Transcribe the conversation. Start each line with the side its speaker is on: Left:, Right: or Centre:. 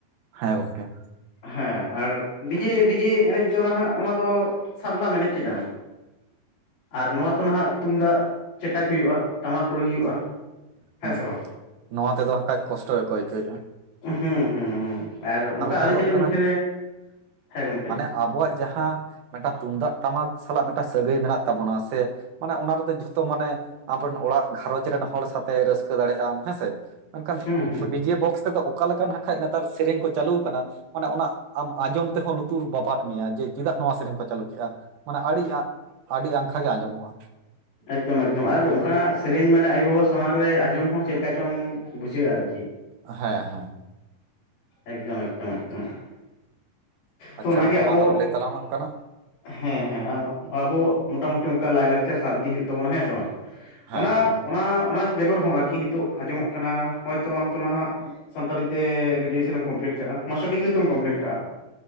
Right: ᱦᱮᱸ ᱠᱚᱝᱠᱮ
Left: ᱦᱮᱸ ᱟᱨ ᱰᱤᱡᱮ ᱰᱤᱡᱮ ᱮᱱᱮᱡ ᱫᱚ ᱱᱟᱦᱟᱜ ᱚᱱᱟ ᱫᱚ ᱥᱟᱵᱱᱟᱢ ᱱᱟᱮᱢ ᱮᱱᱮᱡ ᱠᱮᱫᱟᱢ ᱟᱨ ᱱᱚᱣᱟ ᱛᱚ ᱱᱟᱦᱟᱜ ᱛᱩᱢᱫᱟᱜ ᱪᱮᱴᱟᱜ ᱦᱩᱭᱩᱜᱼᱟ ᱴᱟᱢᱟᱠ ᱨᱩᱭ ᱦᱩᱭᱩᱜᱼᱟ᱾ ᱦᱮᱸ
Right: ᱦᱩᱸ
Left: ᱥᱮ ᱵᱟᱝ
Right: ᱱᱚᱣᱟ ᱛᱮᱫᱚ ᱦᱟᱠᱟᱡ ᱠᱚᱥᱴᱚ ᱜᱮᱠᱚ ᱟᱹᱭᱠᱟᱹᱣ ᱮᱜᱼᱟ
Left: ᱦᱩᱸ ᱦᱩᱸ ᱦᱩᱸ ᱟᱨ ᱚᱱᱠᱟ ᱟᱹᱨᱤ
Right: ᱧᱮᱞᱚᱜ
Left: ᱪᱟᱹᱞᱤ
Right: ᱠᱟᱱᱟ
Left: ᱢᱚᱫᱽᱫᱷᱮ ᱨᱮ ᱦᱮᱸ ᱜᱚᱝᱠᱮ
Right: ᱟᱵᱚᱣᱟᱜ ᱡᱟᱦᱟᱸ ᱢᱤᱫ ᱴᱟᱝ ᱛᱩᱢᱫᱟᱜ ᱴᱟᱢᱟᱠ ᱥᱟᱞᱟᱜ ᱢᱤᱫ ᱴᱟᱝ ᱥᱟᱹᱜᱟᱹᱭ ᱢᱮᱱᱟᱜ ᱛᱟᱵᱚᱱᱟ ᱥᱮ ᱢᱟᱱᱮ ᱚᱱᱟ ᱨᱚᱫᱚ ᱡᱷᱚᱛᱚ ᱢᱟᱱᱮ ᱟᱢ ᱨᱮᱱ ᱚᱲᱟᱜ ᱜᱷᱟᱨᱚᱡᱽ ᱨᱮᱱ ᱦᱚᱲ ᱥᱟᱛᱮ ᱨᱟᱹᱥᱠᱟᱹ ᱫᱟᱲᱮᱭᱟᱜ ᱟᱢ ᱦᱮᱸᱥᱮ ᱢᱮᱱ ᱠᱷᱟᱱ
Left: ᱦᱩᱸ ᱦᱩᱸ ᱦᱩᱸ
Right: ᱰᱤᱡᱮ ᱵᱚᱠᱥ ᱛᱮᱫᱚ ᱚᱠᱟ ᱞᱮᱠᱟᱱ ᱱᱟᱠᱷᱟᱡ ᱱᱮᱛᱟᱨ ᱥᱮᱨᱮᱧ ᱠᱚ ᱪᱟᱹᱞᱩ ᱟᱠᱟᱱᱟ ᱚᱱᱮ ᱚᱱᱟ ᱟᱢ ᱟᱸᱡᱚᱢ ᱛᱮᱦᱚᱸ ᱞᱩᱛᱩᱨ ᱵᱟᱵᱟᱫ ᱢᱮᱭᱟ ᱡᱮ ᱪᱮᱫᱟᱜ ᱱᱚᱣᱟ ᱥᱮᱨᱮᱧ ᱠᱚ ᱪᱟᱹᱞᱩ ᱠᱮᱼᱟ᱾ ᱚᱱᱟ ᱟᱹᱰᱤ ᱟᱱ ᱟᱹᱰᱤ ᱟᱸᱠᱷᱟ ᱜᱮ ᱟᱸᱡᱚᱢᱚᱜᱼᱟ
Left: ᱮᱠᱫᱚᱢ ᱮᱠᱫᱚᱢ ᱟᱨ ᱚᱱᱠᱟᱱᱟᱜ ᱥᱮᱨᱮᱧ ᱢᱟᱱᱮ ᱟᱭᱳ ᱵᱟᱵᱟ ᱥᱟᱢᱟᱝ ᱨᱮ ᱟᱸᱡᱚᱢ ᱦᱚᱸ ᱪᱮᱫ ᱞᱮᱠᱟ ᱪᱚᱝ ᱵᱩᱡᱷᱟᱹᱜᱼᱟ ᱟᱨᱠᱤ
Right: ᱦᱮᱸ ᱦᱮᱸ
Left: ᱮᱠᱫᱚᱢ ᱮᱠᱫᱚᱢ ᱮᱠᱫᱚᱢ ᱛᱚ
Right: ᱟᱪᱪᱷᱟ
Left: ᱚᱱᱟᱜᱮ
Right: ᱜᱚᱝᱠᱮ
Left: ᱟᱵᱚ
Right: ᱢᱟ ᱟᱨᱚ ᱞᱟᱹᱭ ᱛᱟᱞᱟᱝ ᱢᱮ ᱚᱱᱠᱟᱱᱟᱜ
Left: ᱦᱮᱸ ᱦᱮᱸ ᱟᱵᱚ ᱢᱚᱴᱟᱢᱩᱴᱤ ᱚᱱᱠᱟ ᱞᱟᱭᱼᱞᱟᱠᱪᱟᱨ ᱥᱟᱵ ᱤᱫᱤ ᱦᱩᱭᱩᱜ ᱛᱟᱵᱚᱱᱟ ᱦᱮᱸ ᱥᱮ ᱵᱟᱝ
Right: ᱦᱮᱸ
Left: ᱚᱱᱟ
Right: ᱦᱮᱸ
Left: ᱚᱱᱟ ᱚᱱᱟ ᱵᱮᱜᱚᱨ ᱦᱚᱸ ᱟᱨᱠᱤ ᱱᱤᱛᱚᱜ ᱟᱸᱡᱚᱢᱚᱜ ᱠᱟᱱᱟ ᱦᱚᱭᱛᱳ ᱟᱢ ᱛᱚ ᱱᱟᱦᱟᱜ ᱥᱟᱱᱛᱟᱲᱤ ᱛᱮ ᱜᱨᱮᱡᱩᱭᱮᱥᱚᱱ ᱮᱢ ᱠᱚᱢᱯᱞᱤᱴ ᱠᱟᱜᱼᱟ, ᱢᱟᱥᱴᱟᱨ ᱰᱤᱜᱽᱨᱤ ᱦᱚᱛᱚᱢ ᱠᱚᱢᱯᱞᱤᱴ ᱠᱟᱜᱼᱟ?